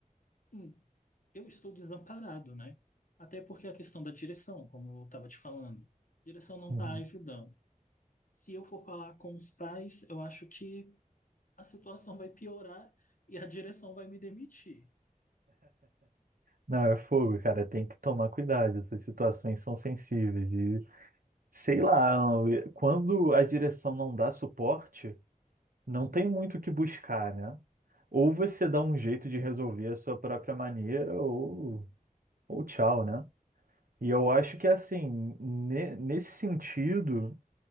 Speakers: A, on the left (about 65°); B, on the right (about 75°).
A: assim, eu estou desamparado, né? Até porque a questão da direção, como eu estava te falando, a direção não
B: Uhum.
A: está ajudando. Se eu for falar com os pais, eu acho que a situação vai piorar e a direção vai me demitir.
B: Não, é fogo, cara. Tem que tomar cuidado. Essas situações são sensíveis. E sei lá, quando a direção não dá suporte, não tem muito o que buscar, né? Ou você dá um jeito de resolver a sua própria maneira, ou, ou tchau, né? E eu acho que assim, ne- nesse sentido.